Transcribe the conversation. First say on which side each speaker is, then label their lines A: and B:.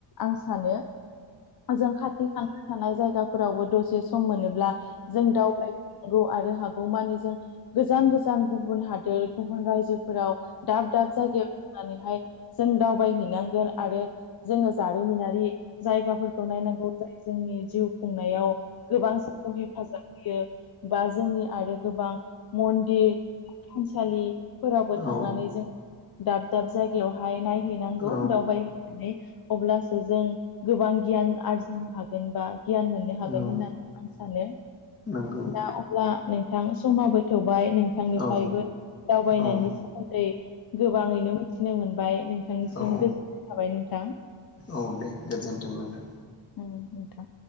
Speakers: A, on the left (about 55°); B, on the left (about 30°).
A: आं सानो। जों खा थान-थानाय जायगाफोरावबो दसे सम मोनोब्ला जों दावबाय नंगौ आरो हागौ मानि जों गोजान गोजान गुबुन हादोर गुबुन रायजोफोराव दाब दाब जागायाव नानैहाय जों दावबायहैनांगोन आरो जोङो जारिमिनारि जायगा फोरखौ नायनांगौ जाय जोंनि जिउ खुंनायाव गोबां जोंखौ हेफाजाब होयो बा जोंनि आरो गोबां मन्दिर थानसालि फोरावबो थांनानै
B: औ
A: जोङो दाब दाब जायगायावहाय नायहैनांगौ
B: औ
A: दावबायहैनानै अब्लासो जों गोबां गियान आरजिनो हागोनबा गियान मोननो हागोन
B: औ
A: होननानै आं सानो
B: नंगौ
A: दा अब्ला नोंथां समाबो थौबाय नोंथांनिफ्रायबो
B: औ
A: दावबायनायनि
B: औ
A: सोमोन दै गोबाङैनो मिथिनो मोनबाय नोंथांनिसिम
B: औ
A: गोजोननाय थाबाय नोंथां
B: औ दे गोजोनथों नोंथां।
A: औ नोंथां।